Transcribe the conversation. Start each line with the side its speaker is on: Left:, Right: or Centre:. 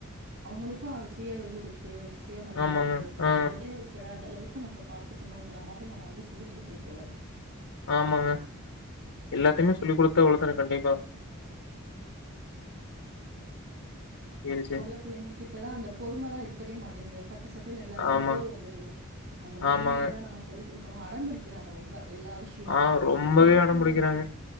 Right: அவங்களுக்கு அது சுய இது இருக்கு சுய மரியாத
Left: ஆமாங்க.
Right: இருக்கு சோ
Left: ஆ,
Right: அந்த இது தெரியா த அளவுக்கு நம்ம பாத்துக்கணுன்ற மாரி நம்ம வந்து சொல்லி குடுக்கணு தோழரே
Left: ஆமாங்க எல்லாத்தையுமே
Right: இப்ப உள்ளது
Left: சொல்லிக் குடுத்துதா வளத்தணு கண்டிப்பா சரி,
Right: இப்போ
Left: சரி.
Right: உள்ள பிள்ளைங்க கிட்டதா அந்த பொறுமதா இருக்கவே மாட்டேங்குதே சட்டு சட்டுன்னு எல்லாத்துக்கு
Left: ஆமாங்க,
Right: கோவோ வந்துருது அந்த பொறுமையதா
Left: ஆமாங்க.
Right: நம்ம சொல்லி குடுக்கணு அடம் புடிக்கிறாங்க ரொம்ப எல்லா விஷய த்துக்குமே
Left: ஆ ரொம்பவே
Right: ஒரு சின்ன
Left: அடம்
Right: சின்ன
Left: பிடிக்கிறாங்க.
Right: விஷயோ